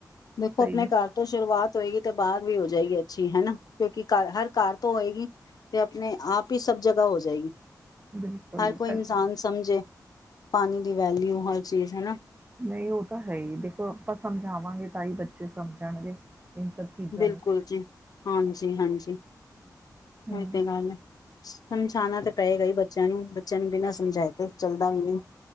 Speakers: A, on the left; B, on the right.
A: ਦੇਖੋ
B: ਸਹੀ
A: ਆਪਣੇ
B: ਗੱਲ
A: ਘਰ ਤੋਂ ਸ਼ੁਰੂਆਤ ਹੋਏਗੀ। ਤੇ ਬਾਹਰ ਵੀ ਹੋ ਜਾਏਗੀ ਅੱਛੀ ਹਨਾ, ਕਿਉਂਕਿ ਘਰ ਹਰ ਤੋਂ ਹੋਏਗੀ ਤੇ ਆਪਣੇ ਆਪ ਹੀ ਸਭ ਜਗ੍ਹਾ ਹੋ ਜਾਏਗੀ।
B: ਬਿਲਕੁਲ
A: ਹਰ ਕੋਈ
B: ਪਹਿਲ
A: ਇਨਸਾਨ ਸਮਝੇ। ਪਾਣੀ ਦੀ ਵੈਲਿਊ ਹਰ ਚੀਜ਼ ਹਨਾ।
B: ਨਹੀਂ ਉਹ ਤਾਂ ਹੈ ਹੀ ਦੇਖੋ, ਆਪਾਂ ਸਮਝਾਵਾਂਗੇ ਤਾਂ ਹੀ ਬੱਚੇ ਸਮਝਣਗੇ। ਇਨ ਸਭ ਚੀਜ਼ਾਂ
A: ਬਿਲਕੁਲ
B: ਨੂੰ
A: ਜੀ ਹਾਂਜੀ ਹਾਂਜੀ
B: ਹੂੰ
A: ਉਹੀ ਤੇ ਗੱਲ ਐ। ਸਮਝਾਉਣਾ, ਤਾਂ ਪਏਗਾ ਹੀ ਬੱਚਿਆਂ ਨੂੰ ਬੱਚਿਆਂ ਨੂੰ ਬਿਨਾਂ ਸਮਝਾਏ ਤੇ ਚੱਲਦਾ ਵੀ ਨਹੀਂ